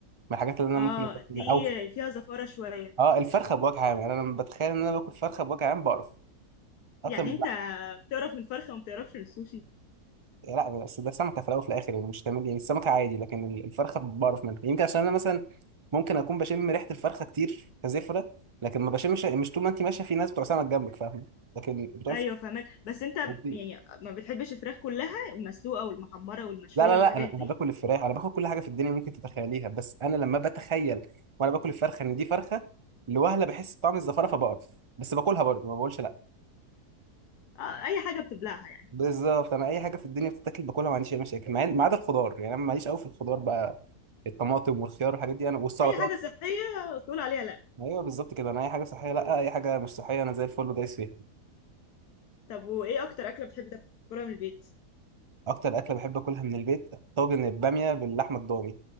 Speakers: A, on the right; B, on the left.
A: الحاجات اللي انا
B: اه
A: ممكن أتخيلها.
B: دي
A: او
B: فيها زفاره شويه
A: اه الفرخه بوجه عام يعني انا لما بتخيل ان انا باكل فرخه بوجه عام بعرف اكتر
B: يعني
A: من اللحمه
B: انت بتعرف من الفرخه وما بتعرفش من السوشي
A: لا بس ده سمكه في الاول وفي الاخر يعني مش تمام يعني السمكه عادي لكن ال- الفرخه بعرف منها يمكن عشان انا مثلا ممكن اكون بشم ريحه الفرخه كتير كزفره لكن ما بشمش مش طول ما انت ماشيه في ناس بتوع سمك جنبك فاهم لكن بتوع
B: ايوه
A: الفراخ
B: فاهمك بس انت
A: بتضيع.
B: يعني ما بتحبش الفراخ كلها المسلوقه والمحمره والمشويه
A: لا لا
B: والحاجات
A: لا انا
B: دي
A: انا باكل الفراخ انا باكل كل حاجه في الدنيا ممكن تتخيليها بس انا لما بتخيل وانا باكل الفرخه ان دي فرخه لوهله بحس بطعم الزفاره فبقرف بس باكلها برضه ما بقولش لا
B: آه اي حاجه بتبلعها يعني
A: بالظبط انا اي حاجه في الدنيا بتتاكل باكلها ما عنديش اي مشاكل مع إن- ما عدا الخضار يعني انا ماليش قوي في الخضار بقى الطماطم والخيار والحاجات دي انا والسلطات
B: اي حاجه صحيه تقول عليها لا
A: ايوه بالظبط كده انا اي حاجه صحيه لا اي حاجه مش صحيه انا زي الفل ودايس فيها
B: طب وايه اكتر اكله بتحب تاكلها من البيت
A: اكتر اكله بحب اكلها من البيت طاجن الباميه باللحمه الضاني